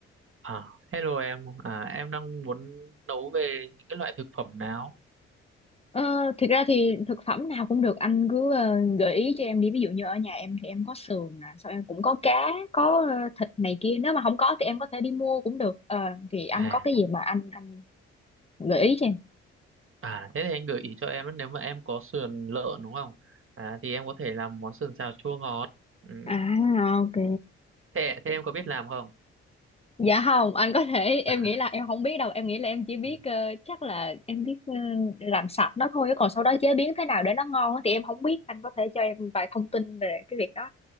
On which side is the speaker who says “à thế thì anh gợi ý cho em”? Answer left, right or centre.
Right